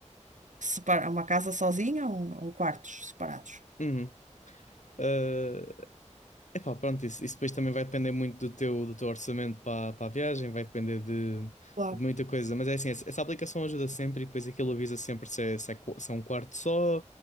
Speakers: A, on the right; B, on the left.
A: separa- uma casa sozinha ou, ou quartos separados.
B: Uhum. é epá, pronto, isso, isso depois também vai depender muito do teu, do teu orçamento para, para a viagem, vai depender de, de
A: Claro.
B: muita coisa, mas é assim, essa, essa aplicação ajuda sempre e depois aquilo avisa sempre se é, se é, qu- se é um quarto só,